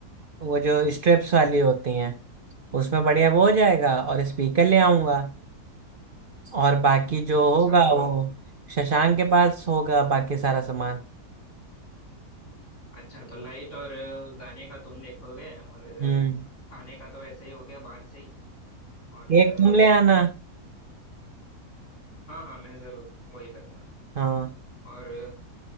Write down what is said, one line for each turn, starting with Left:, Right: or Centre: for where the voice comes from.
Right: वो जो स्ट्रिप्स वाली होती हैं उसमें बढ़िया वो हो जाएगा और स्पीकर ले आऊंगा और बाकी जो
Left: अच्छा
Right: होगा
Left: तो
Right: वो शशांक के पास होगा बाकी सारा सामान
Left: अच्छा तो लाइट और अ, गाने का तुम देखोगे और अ,
Right: हम्म
Left: खाने का तो ऐसे ही हो गया बाहर से ही और
Right: एक
Left: अ,
Right: तुम ले आना
Left: हाँ हाँ मैं जरूर वही करूँगा
Right: हाँ
Left: और अ,